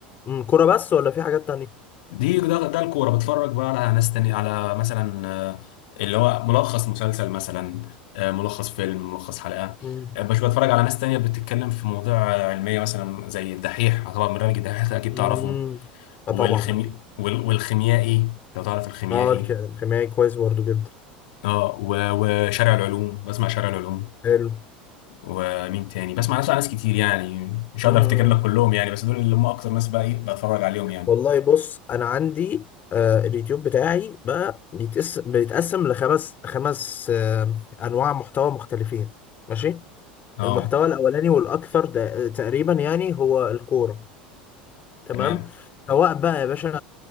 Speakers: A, on the left; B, on the left.
A: أمم، كرة بس ولا في حاجات تانية
B: دي ده ده الكوره بتفرج بقى على ناس تانية على مثلا آه، اللي هو ملخص مسلسل مثلا آه، ملخص فيلم ملخص حلقه
A: امم
B: آه، مش بتفرج على ناس تانية بتتكلم في مواضيع آه، علميه مثلا زي الدحيح طبعا برنامج الدحيح ده اكيد
A: امم
B: تعرفه
A: اه
B: والخمي
A: طبعا اكيد
B: وال- والخيميائي لو تعرف الخيميائي
A: اه الك- الكيميائي كويس برضو جدا
B: اه و- وشارع العلوم بسمع شارع العلوم
A: حلو
B: ومين تاني بسمع ناس ناس كتير يعني مش
A: امم
B: هقدر افتكر لك كلهم يعني بس دول اللي هم اكتر ناس بقى ايه بتفرج عليهم يعني
A: والله بص انا عندي آه اليوتيوب بتاعي بقى بيتقس بيتقسم لخمس خمس آه انواع محتوى مختلفين ماشي
B: اه
A: المحتوى تمام الاولاني والاكثر ده تقريبا يعني هو الكوره تمام
B: تمام
A: سواء بقى يا باشا